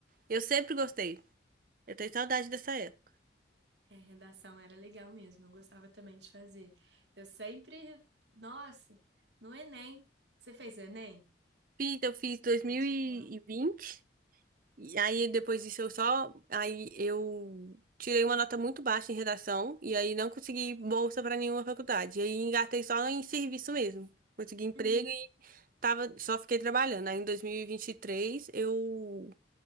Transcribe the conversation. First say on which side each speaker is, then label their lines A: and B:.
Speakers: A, on the right; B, on the right.
A: Eu sempre gostei. Eu tenho saudade dessa época.
B: É, redação era legal mesmo, eu gostava também de fazer. Eu sempre. Nossa, no Enem. Você fez o Enem?
A: Fiz, eu fiz 2020,
B: Vestibular.
A: e vinte, e aí depois disso eu só. Aí eu tirei uma nota muito baixa em redação, e aí não consegui bolsa para nenhuma faculdade. E aí engatei só em serviço mesmo. Consegui emprego
B: Uhum,
A: e tava, só fiquei trabalhando. Aí em 2023 eu